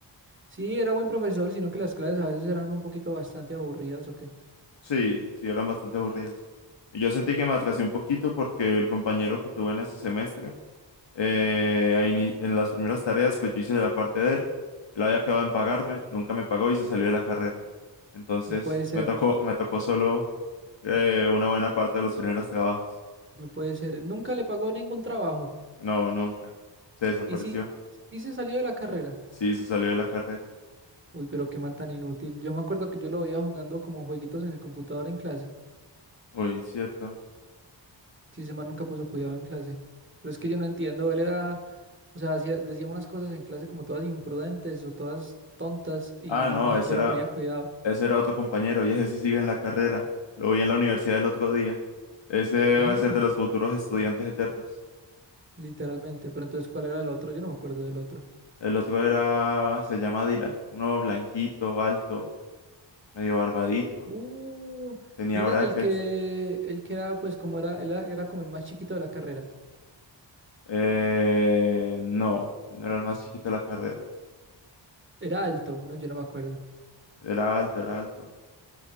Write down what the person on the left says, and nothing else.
Sí, sí, eran bastante aburridas. Y yo sentí que me atrasé un poquito porque el compañero que tuve en ese semestre, eh, a ini- en las primeras tareas, pues yo hice la parte de él, él había acabado en pagarme, nunca me pagó y se salió de la carrera. Entonces
me tocó, me tocó solo eh, una buena parte de los primeros trabajos.
No, nunca. Se desapareció.
Sí, se salió de la carrera.
Uy, cierto.
Ah,
no,
ese era,
Ese era otro compañero y ese sí sigue en la carrera. Lo vi en la universidad el otro día. Ese
va a ser de los futuros estudiantes eternos.
El otro era, se llama Dylan. Uno blanquito, alto, medio barbadito.
Tenía
brackets.
Eh, no, él no era el más chiquito de la carrera.
Era alto, era alto.